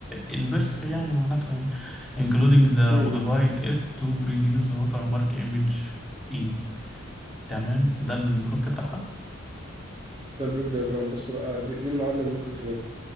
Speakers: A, in the centre; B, on the right.
A: انفرس يعني معناتها including the
B: مم.
A: modified S to produce the watermark image E تمام ده البلوك بتاعها
B: ده بلوك دياجرام بص بقى دي, دي المعادلة اللي ممكن تجيبها